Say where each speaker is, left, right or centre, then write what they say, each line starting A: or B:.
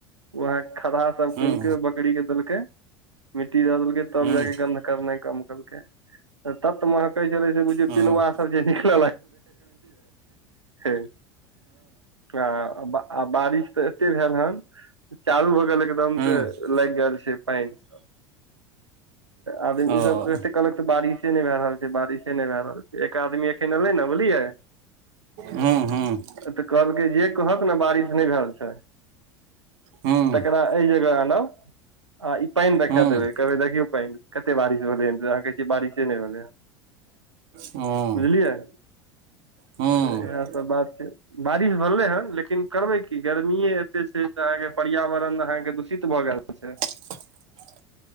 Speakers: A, on the right; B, on the right.
A: वहाँ खदहा सभ
B: हँ
A: खुनिके बकरी के देलकै मिट्टी दऽ देलकै तब
B: हँ
A: जाक गन्ध करना कम केल त महकै छलुझ
B: हँ
A: प सब्जी निकल ल आ आ बारिश त एते भेल हन चालू होग गेल एकदम
B: हँ हँ
A: से लागि गेल छै पानन सभ आदमी
B: ओ
A: सभ कहते कहलक से बारिशे नहि भए रहल छै बारिशे नहि भए रहल छै आदमी एखन एलै ने बुझलियै।
B: हूँ हूँ
A: तऽ कहलकै जे कहत ने बारिश नहि भेल छै।
B: हूँ
A: तकरा एहि जगह आनब आई पानि देखा
B: हूँ
A: देबे कहबै देखिऔ पानि कते बारिश भेलै अहाँ कहै छियै बारिशे नहि भेलै हैं
B: हूँ
A: बुझलियै
B: हूँ
A: तऽ इएह सभ बात छै बारिश भेलै हँ लेकिन करबै की गर्मी एते छै तऽ अहाँकेँ पर्यावरण अहाँकेँ दूषित भऽ गेल छै।
B: <unintelligible>